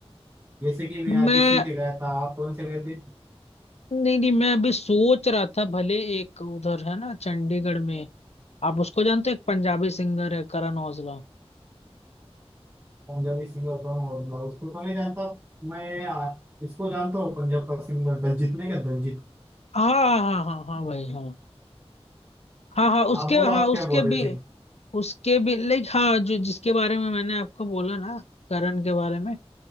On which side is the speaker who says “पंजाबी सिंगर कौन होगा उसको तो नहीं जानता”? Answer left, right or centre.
Right